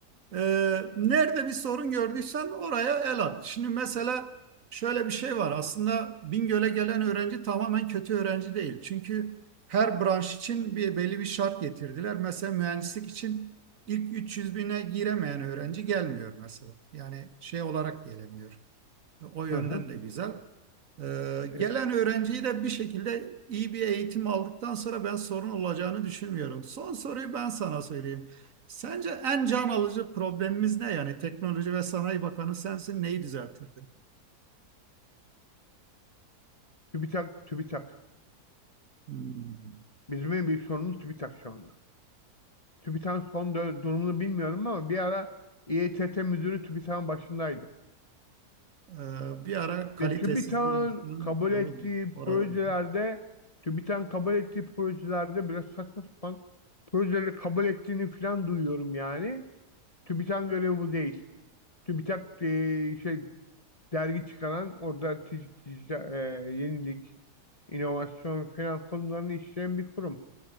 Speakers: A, on the right; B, on the left.
A: Ee, nerede bir sorun gördüysen oraya el at. Şimdi mesela şöyle bir şey var. Aslında Bingöl'e gelen öğrenci tamamen kötü öğrenci değil. Çünkü her branş için bir belli bir şart getirdiler. Mesela mühendislik için ilk 300 bine giremeyen öğrenci gelmiyor mesela. Yani şey olarak gelemiyor. O yönden
B: hı hı.
A: de güzel. Ee,
B: Evet,
A: gelen öğrenciyi de bir şekilde iyi bir eğitim aldıktan sonra ben sorun olacağını düşünmüyorum. Son soruyu ben sana söyleyeyim. Sence en can alıcı problemimiz ne? Yani Teknoloji ve Sanayi Bakanı sensin neyi düzeltirdi?
B: TÜBİTAK, TÜBİTAK.
A: Hmm.
B: Bizim en büyük sorunumuz TÜBİTAK şu anda. TÜBİTAK'ın son dö- durumunu bilmiyorum ama bir ara İETT müdürü TÜBİTAK'ın başındaydı.
A: Ee, bir ara kalitesiz
B: Ve TÜBİTAK'ın
A: bir insan
B: kabul
A: doğrudur
B: ettiği
A: oradaydı.
B: projelerde TÜBİTAK'ın kabul ettiği projelerde biraz saçma sapan projeleri kabul ettiğini falan duyuyorum yani. TÜBİTAK'ın görevi bu değil. TÜBİTAK e, şey dergi çıkaran orada tic- tic- e, yenilik, inovasyon falan konularını işleyen bir kurum.